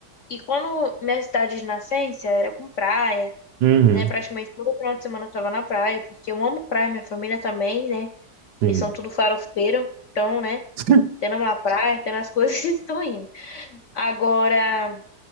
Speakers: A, on the left (about 65°); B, on the right (about 75°).
A: E quando minha cidade de nascença era com praia,
B: Uhum,
A: né? Praticamente todo final de semana eu tava na praia, porque eu amo praia, minha família também, né?
B: sim.
A: Eles são tudo farofeiro, então, né?
B: <laughs>
A: Tendo uma praia, tendo as coisas, <laughs> estou indo. Agora,